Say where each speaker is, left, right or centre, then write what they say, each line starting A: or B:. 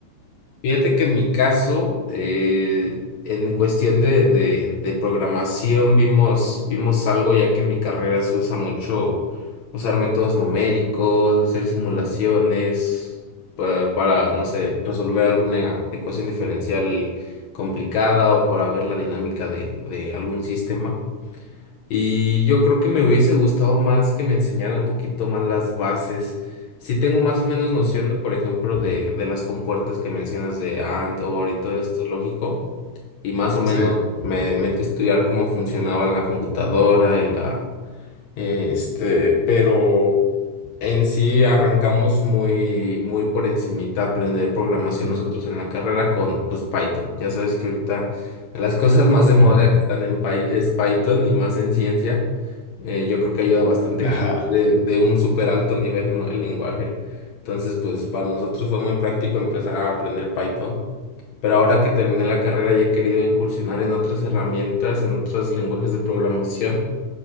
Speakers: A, on the left; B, on the left.
A: Fíjate que en mi caso, eh, en cuestión de, de- de programación, vimos, vimos algo, ya que en mi carrera se usa mucho usar métodos numéricos, hacer simulaciones pa- para, no sé, resolver alguna ecuación diferencial complicada o para ver la dinámica de, de algún sistema. Y yo creo que me hubiese gustado más que me enseñaran un poquito más las bases. Si tengo más o menos noción,
B: Mm.
A: de, por ejemplo, de, de las compuertas que mencionas de Antor y todo esto lógico, y más o menos
B: Sí.
A: me metí a estudiar cómo funcionaba la computadora y la, este, pero en sí arrancamos muy, muy por encimita a aprender programación
B: Mm.
A: nosotros en la carrera con pues Python. Ya sabes que ahorita de las cosas más de moda
B: <laughs>
A: que están en Py- es Python y más en ciencia. Eh, yo creo que ayuda bastante
B: Ajá.
A: que de, de un súper alto nivel, ¿no? El lenguaje. Entonces, pues para nosotros fue muy práctico empezar a aprender Python. Pero ahora que terminé la carrera ya he querido incursionar en otras herramientas, en otros lenguajes de programación